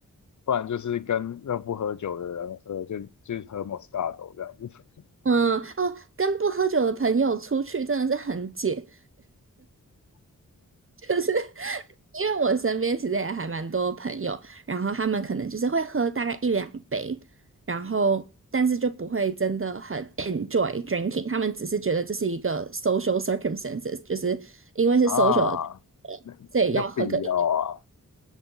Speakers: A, on the left (about 65°); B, on the right (about 40°).
A: 不然就是跟那不喝酒的人喝，就就是喝 Moscato 这样子
B: 嗯，哦，跟不喝酒的朋友出去真的是很解，<laughs> 就是。因为我身边其实也还蛮多朋友，然后他们可能就是会喝大概一两杯，然后但是就不会真的很 enjoy drinking，他们只是觉得这是一个 social circumstances，就是因为是
A: 啊，
B: social，的
A: 那有必要啊，
B: 所以要喝个一